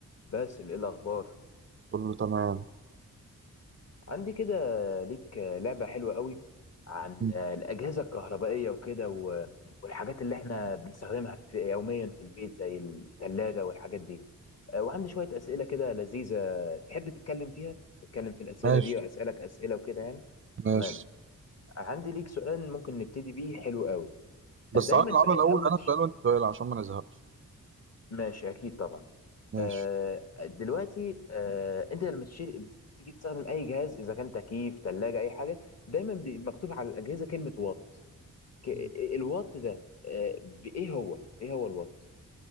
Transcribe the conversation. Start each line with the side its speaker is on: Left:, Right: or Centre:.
Left: باسل ايه الاخبار
Right: كله تمام
Left: عندي كده ليك لعبه حلوه قوي عن
Right: مم.
Left: الاجهزه الكهربائيه وكده و- والحاجات اللي احنا بنستخدمها في يوميا في البيت زي الثلاجه والحاجات دي أه، وعندي شويه اسئله كده لذيذه تحب تتكلم فيها نتكلم في الاسئله
Right: ماشي
Left: دي واسالك اسئله وكده يعني
Right: ماشي
Left: تمام عندي ليك سؤال ممكن نبتدي بيه حلو قوي
Right: بس
Left: أه، دايما
Right: تعالى نلعبها
Left: في
Right: الأول
Left: أي- اول ما
Right: أنا سؤال وأنت سؤال عشان ما نزهقش
Left: ماشي اكيد طبعا
Right: ماشي
Left: آه، دلوقتي آه، انت لما تشتري بتيجي تستخدم اي جهاز اذا كان تكييف ثلاجه اي حاجه دايما بي- مكتوب على الاجهزه كلمه وات ك-
Right: مم.
Left: الوات ده آه، ب- ايه هو ايه هو الوات